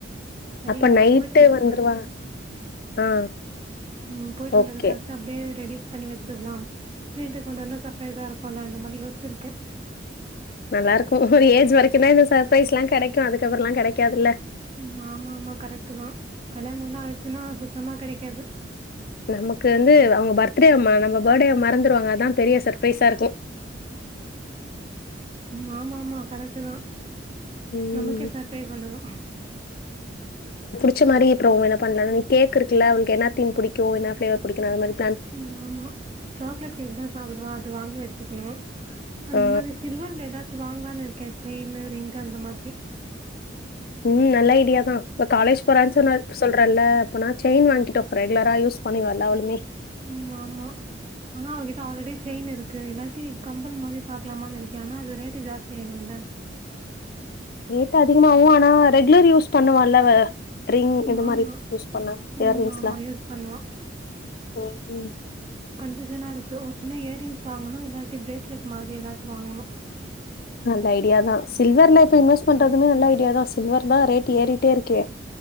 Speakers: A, on the right; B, on the left.
A: சரி
B: அப்ப
A: அவ
B: நைட்டு
A: போயிட்டு வந்ததுக்கடுத்து
B: வந்துருவா ஆ
A: ம் போயிட்டு வந்ததக்கத்து
B: ஓகே
A: அப்டே ரெடி பண்ணி வச்சிட்லா வீட்டுக்கு வந்தோன்னே சர்பரைஸாருக்குல அந்த மாரி யோசிச்சிருக்கே
B: நல்லாருக்கு ஒரு ஏஜ் வரைக்கு தா இந்த சர்ப்ரைஸ்லா கெடைக்கு அதுக்கப்றலா கெடைக்காதுல்ல
A: ம் ஆமா ஆமா கரெக்ட்டு தா கல்யாணலா ஆயிடுச்சுன்னா சுத்தமா கெடைக்காது
B: நமக்கு வந்து அவங்க பர்த்டே ம நம்ம படே மறந்துருவாங்க அதா பெரிய சர்பிரரைஸாருக்கு
A: ம் ஆமா ஆமா கரெக்ட்டு தா
B: ம்.
A: நமக்கே சர்ப்ரைஸ் வந்துரு
B: ச்சமாரி அப்ரோ என்ன பண்லான் கேக் இருக்குல அவளுக்கு என்ன தீம் புடிக்கு என்ன ஃப்ளேவர் புடிக்குனு அதமாரி
A: ம் ஆமா சாக்லேட் கேக் தா சாப்டுவா அது வாங்கி வச்சுக்ணு அந்த
B: ஆ.
A: மாரி சில்வர்ல ஏதாச் வாங்லான் இருக்கே செயினு ரிங்கு அந்த மாதிரி
B: ம் நல்ல ஐடியா தா இப்ப காலேஜ் போறா சொன்னாரு சொல் ப்றன்ன இப்ப நா செயின் வாங்கிட்டோ ரெகுலரா யூஸ் பண்ணி வந்தாவுலுமே
A: ம் ஆமா ஆனா அவகிட்ட ஆல்ரெடி செயின் இருக்கு இல்லாட்டி கம்பல் மாரி பாக்லாமானு இருக்கே ஆனா அது ரேட்டு ஜாஸ்தி ஆயிடு இல்ல
B: ரேட் அதிகமாவு ஆனா ரெகுலர் யூஸ் பண்ணுவால்ல அவ ரிங் இந்த
A: ஆமா.
B: மாரி யூஸ் பண்ணா
A: ம்.
B: இயரிங்ஸ்லா
A: ஆமா. யூஸ் பண்ணுவான்.
B: ம் ம்
A: டிசைனாருக்கு ஒன்னு இயர்ரிங்ஸ் வாங்குணு இல்லாட்டி பிரேஸ்லெட் மாரி எதாச்சு வாங்குணு
B: நல்ல ஐடியா தா சில்வர்ல இப்ப இன்வெஸ் பண்றதுமே நல்ல ஐடியா தா சில்வர் தா ரேட் ஏறிட்டேருக்கே